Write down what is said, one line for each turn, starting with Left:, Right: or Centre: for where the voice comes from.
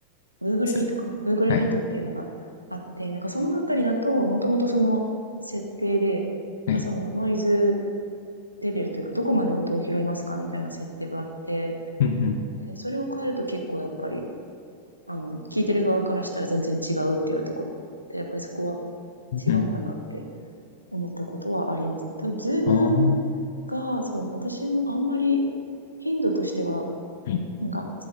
Right: Google
Left: す
Right: Meet かな。Google
Left: はい。
Right: Meet っていうのがあって、なんかそのあたりだと、もともとその設定で、
Left: はい。
Right: まあそのノイズレベルというか、どこまで音を拾いますかみたいな設定があって、
Left: うんうん。
Right: えーそれを変えると結構やっぱり、あの、聞いてる側からしたら全然違うって言われたことがあって、やっぱりそこは
Left: うんうん。
Right: 違うんだなって思ったことはありますね。ただ、Zoom
Left: ああ。は
Right: が、そうですね、私もあんまり頻度としては、
Left: い。
Right: なんか、